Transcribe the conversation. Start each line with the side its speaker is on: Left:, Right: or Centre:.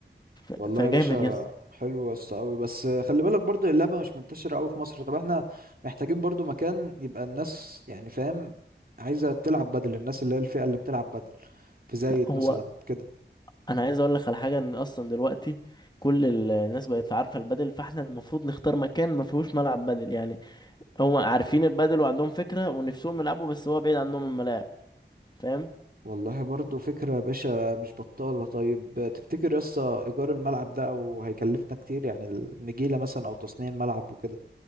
Left: ف... فجامد
Right: والله يا باشا
Left: يا اسطى
Right: حلو يا اسطى قوي بس خلي بالك برضو اللعبه مش منتشره قوي في مصر طب احنا محتاجين برضو مكان يبقى الناس يعني فاهم عايزه تلعب بدل الناس اللي هي الفئه اللي بتلعب بدل في زايد
Left: لا، هو
Right: مثلا كده
Left: انا عايز اقول لك على حاجه ان اصلا دلوقتي كل ال- الناس بقت عارفه البدل فاحنا المفروض نختار مكان ما فيهوش ملعب بدل يعني هم عارفين البادل وعندهم فكرة ونفسهم يلعبوا بس هو بعيد عنهم الملاعب فاهم
Right: والله برضو فكره يا باشا مش بطاله طيب تفتكر يا اسطى ايجار الملعب ده او هيكلفنا كتير يعني النجيله مثلا او تصنيع الملعب وكده